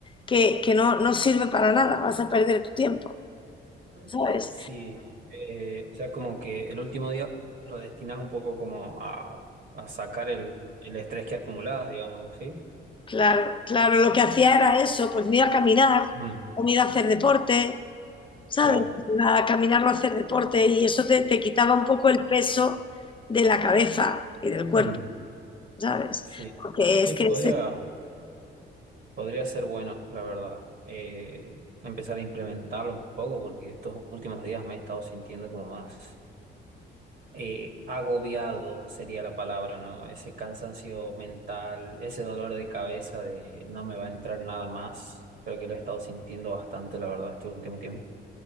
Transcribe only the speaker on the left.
que, que no, no sirve para nada, vas a perder tu tiempo,
¿sabes?
Claro, claro, lo que hacía era eso, pues me iba a caminar
o me iba a hacer deporte, ¿sabes?
Iba a caminar o a hacer deporte y eso te, te quitaba un poco el peso de la cabeza y del cuerpo,
¿sabes?
Porque
es que
es